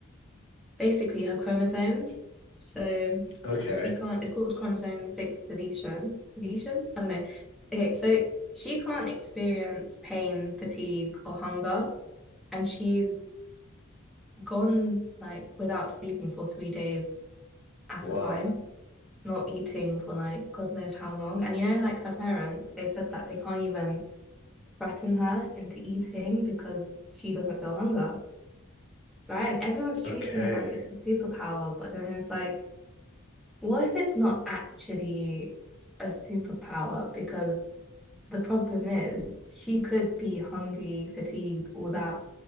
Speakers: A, in the centre; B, on the left.
A: basically her chromosomes. So
B: Okay.
A: she can't, it's called chromosome six deletion. Deletion? I don't know. Okay, so she can't experience pain, fatigue, or hunger, and she's gone like without sleeping for three days at
B: Wow.
A: a time. not eating for like God knows how long. And you know, like her parents, they've said that they can't even threaten her into eating because she doesn't feel hunger, right? And everyone's treating
B: Okay.
A: it like it's a superpower, but then it's like, what if it's not actually a superpower? Because the problem is she could be hungry, fatigued, all that.